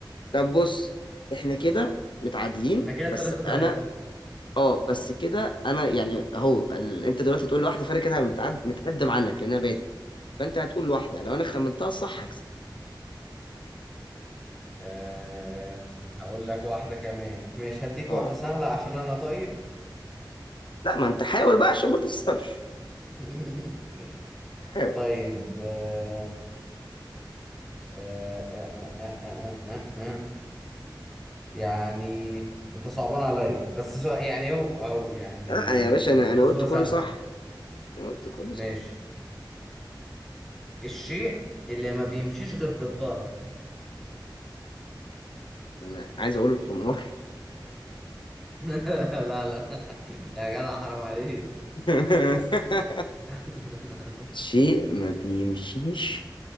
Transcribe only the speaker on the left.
طب بص إحنا كده متعادلين
بس
أنا أه بس كده أنا يعني أهو ال... أنت دلوقتي تقول لواحدة فأنا كده متعد... متقدم عنك لأن أنا بادئ فأنت هتقول لواحدة لو أنا خمنتها صح هكسب
أه
لا ما انت حاول بقى عشان ما تخسرش
حاول
لا يا باشا انا
انا قلت كله
صح أنا قلت كله
صح
انا عايز اقول الحمار
<laughs>
شيء ما بيمشيش